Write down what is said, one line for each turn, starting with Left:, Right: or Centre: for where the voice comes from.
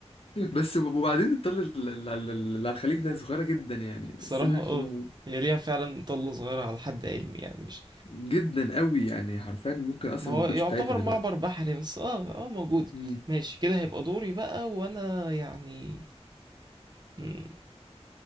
Left: بس وب- وبعدين الطل ال- ال- ال- اللي على الخليج ده صغيرة جدا يعني
Right: الصراحة
Left: بس ماشي
Right: اه
Left: بقى
Right: هي ليها فعلا طلة صغيرة على حد علمي يعني مش
Left: جدا قوي يعني حرفيا ممكن اصلا
Right: ما هو
Left: ما اكونش
Right: يعتبر
Left: بتاعتها دلوقتي
Right: معبر بحري بس اه اه موجود
Left: مم.
Right: ماشي كده هيبقى دوري بقى وانا يعني مم.